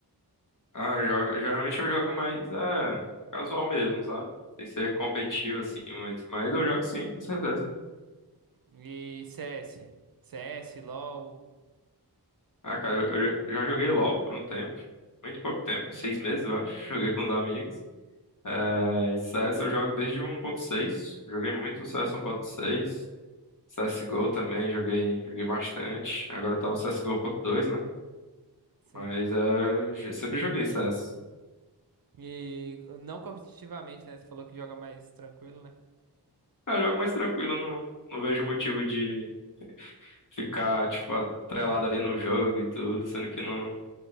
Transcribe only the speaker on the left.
Ah, eu jogo, geralmente eu jogo mais é, casual mesmo, sabe? Sem ser competitivo assim muito. Mas eu jogo sim, com certeza.
Ah, cara, eu já já joguei LoL por um tempo. Muito pouco tempo, seis meses eu acho. <laughs> Joguei com os amigos. É, e CS eu jogo desde o um ponto seis Joguei muito C S um ponto CS 1.6. CSGO também, joguei, joguei bastante. Agora tá o C S G O ponto dois né?
Mas é, sempre joguei CS.
Eu jogo mais tranquilo, eu não, não vejo motivo de ficar, tipo, atrelado ali no jogo e tudo, sendo que não.